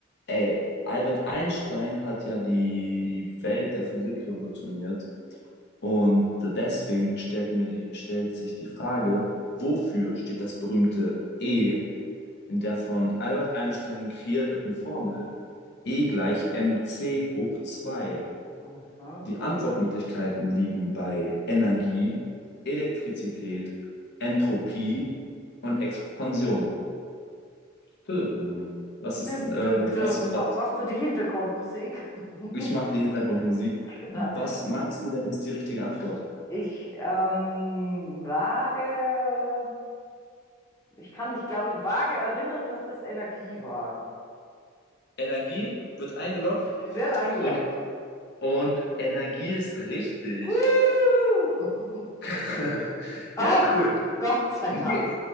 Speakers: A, on the left; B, on the left.
A: Ey, Albert Einstein hat ja die Welt der Physik revolutioniert und deswegen stellt mir die, stellt sich die Frage, wofür steht das berühmte E in der von Albert Einstein kreierten Formel E gleich m c hoch zwei?
B: Aha.
A: Die Antwortmöglichkeiten liegen bei Energie, Elektrizität, Entropie und Expansion. Tudum. Was ist,
B: Dim,
A: äh,
B: dim, dim.
A: was,
B: Ma-
A: was?
B: Machst du die Hintergrundmusik? <laughs>
A: Ich mache die Hintergrundmusik.
B: Genau.
A: Was meinst du denn, ist die richtige Antwort?
B: Ich ähm, wage, ich kann mich, glaube ich, vage erinnern, dass das Energie war.
A: Energie wird eingeloggt.
B: Hm. Wird eingeloggt.
A: Und, und Energie ist richtig.
B: Woo! <laughs>
A: <laughs> ja,
B: Ach,
A: cool.
B: Gott sei
A: Nee,
B: Dank.